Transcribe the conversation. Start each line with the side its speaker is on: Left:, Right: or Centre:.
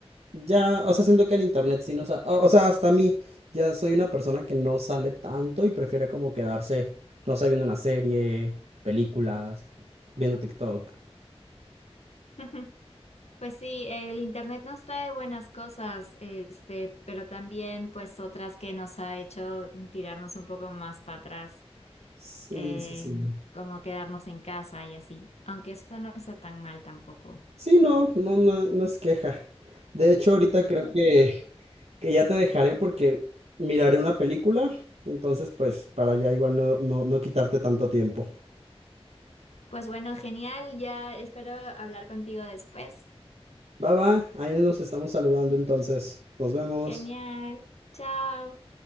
Right: ya, o sea, siento que el internet sí nos ha, o o sea, hasta a mí, ya soy una persona que no sale tanto y prefiere como quedarse, no sé, viendo una serie, películas, viendo TikTok.
Left: <laughs> Pues sí, el internet nos trae buenas cosas, este, pero también pues otras que nos ha hecho tirarnos un poco más para atrás,
Right: Sí,
Left: eh,
Right: sí, sí.
Left: como quedarnos en casa y así, aunque eso no está tan mal tampoco.
Right: Sí, no, no, no, no es queja. De hecho, ahorita creo que, que ya te dejaré porque miraré una película, entonces pues para ya igual no, no, no quitarte tanto tiempo.
Left: Pues bueno, genial, ya espero hablar contigo después.
Right: Va, va, ahí nos estamos saludando entonces. Nos vemos.
Left: Genial, chao.